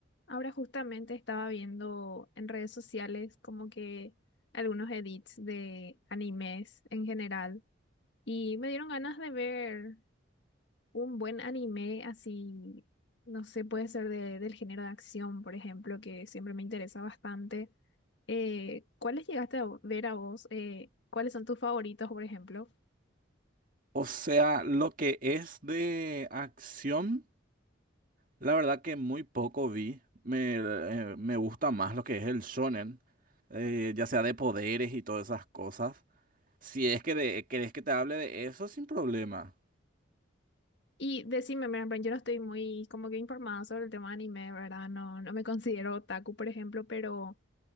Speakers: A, on the left; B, on the right.
A: Ahora justamente estaba viendo en redes sociales como que algunos edits de animes en general y me dieron ganas de ver un buen anime así, no sé, puede ser de- del género de acción, por ejemplo, que siempre me interesa bastante. Eh, ¿cuáles llegaste a ver a vos? Eh, ¿cuáles son tus favoritos, por ejemplo?
B: O sea, lo que es de acción, la verdad que muy poco vi. Me, eh, me gusta más lo que es el shonen, eh, ya sea de poderes y todas esas cosas. Si es que de- querés que te hable de eso, sin problema.
A: Y decime, mira, pero yo no estoy muy como que informada sobre el tema de anime, ¿verdad? No, no me considero otaku, por ejemplo, pero...